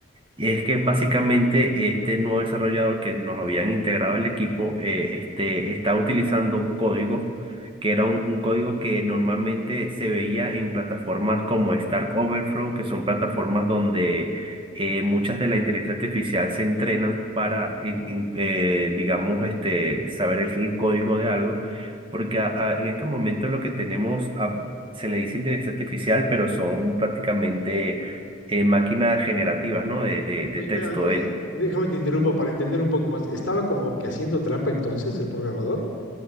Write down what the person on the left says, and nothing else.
Oye,
pero entonces,
déjame te interrumpa para entender un poco más. ¿Estaba como que haciendo trampa entonces el programador?